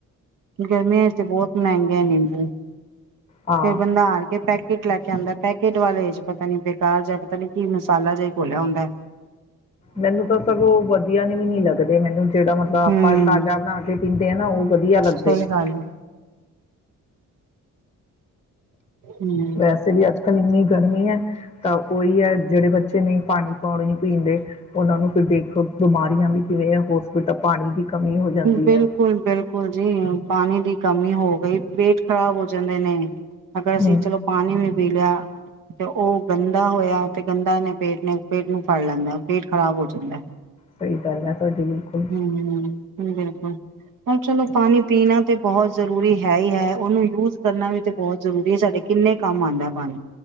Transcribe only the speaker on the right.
ਗਰਮੀਆਂ ਚ ਤੇ ਬਹੁਤ ਮਹਿੰਗੇ ਹੈ ਨਿੰਬੂ।
ਫਿਰ ਬੰਦਾ ਆਾਰ ਕੇ ਪੈਕ ਲੈ ਕੇ ਅੰਦਰ। ਪੈਕੇਟ ਵਾਲੇ ਚ ਪਤਾ ਨੀ ਬੇਕਾਰ ਜਾਂ ਪਤਾ ਨੀ ਕੀ ਮਸਾਲਾ ਜਿ ਕੋਲਿਆ ਹੁੰਦਾ ਹੈ।
ਹਮ
ਸਹੀ
ਗੱਲ ਹੈ ਹਮ
ਬਿਲਕੁਲ
ਬਿਲਕੁਲ ਜੀ ਪਾਣੀ ਦੀ ਕਮੀ। ਹੋ ਗਈ ਪੇਟ ਖ਼ਰਾਬ ਹੋ ਜਾਂਦੇ ਨੇ। ਅਗਰ ਅਸੀਂ
ਚਲੋ ਪਾਣੀ ਵੀ ਪੀ ਲਿਆ। ਤੇ ਉਹ ਗੰਦਾ ਹੋਇਆ ਤੇ ਗੰਦਾ ਨੇ ਪੇਟ, ਨੇ ਪੇਟ ਨੂੰ ਫੜ ਲੈਂਦਾ ਪੇਟ ਖ਼ਰਾਬ ਹੋ ਜਾਂਦਾ।
ਹਮ ਬਿਲਕੁਲ ਪਰ ਚਲੋ ਪਾਣੀ ਪੀਣਾ ਤੇ। ਬਹੁਤ ਜ਼ਰੂਰੀ ਹੈ। ਹੈ ਹੀ ਹੈ ਉਹਨੂੰ ਯੂਜ ਕਰਨਾ ਵੀ ਤੇ ਬਹੁਤ ਜ਼ਰੂਰੀ ਹੈ। ਸਾਡੇ ਕਿੰਨੇ ਕੰਮ ਆਉਂਦਾ ਪਾਣੀ।